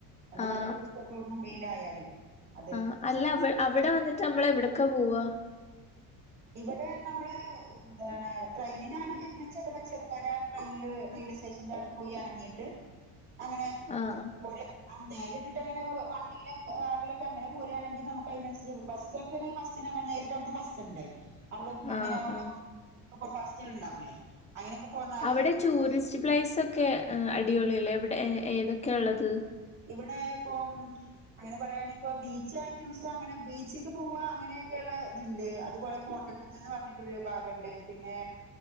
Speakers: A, on the right; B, on the left.
A: ഒന്ന്
B: ആഹ്
A: മഴ പെയതോ വെയിലായാലേ അത്
B: ആ അല്ല അവിടെ വന്നിട്ട് നമ്മള് എവിടേക്കാ പോവാ
A: ഇവിടെ നമ്മള് എന്താണ് ട്രെയിനാണ് വര്ണേച്ച അവിടെ ചെറുകാരെ ട്രെയിനിൽ റെയിൽവേ സ്റ്റേഷന്റെ അവിടെ പോയി ഇറങ്ങിയിട്ട് അങ്ങനെ
B: ആഹ് ആഹ്
A: പോരാ നേരിട്ടിട്ട് വണ്ടി പിന്നെ കാറിലൊക്കെ അങ്ങനെ പോരാണെങ്കി നമുക്ക് അയ്നൻസരിച്ച് ബസ്സൊക്കെ ആണേ ബസ്സ്ന് നേരിട്ടവ്ട്ന്ന് ബസ്സ്ണ്ട്. അവിടെ ഇപ്
B: ആഹ്
A: ഇങ്ങനെ ഓരോ
B: ആഹ്
A: സൂപ്പർ ഫാസ്റ്റേള് ഇണ്ടാവൂല്ലേ അങ്ങനെയൊക്കെ പോന്നാല്
B: അവിടെ ടൂറിസ്റ്റ് പ്ലേസ് ഒക്കെ ആഹ് അടിപൊളി അല്ലേ അവിടെ ഏതൊക്കെ ഇള്ളത്?
A: ഇവിടെ ഇപ്പൊം അങ്ങനെ പറയാണെങ്കിപ്പൊ ബീച്ച് ഐറ്റംസ് അങ്ങനെ ബീച്ചിക്ക് പോവാ അങ്ങനെയെക്കെ യൊള്ള ഇത്ണ്ട് അതുപോലെ കോട്ടക്കുന്ന്ന്ന് പറഞ്ഞിട്ട് ഒരു ഭാഗണ്ട് പിന്നെ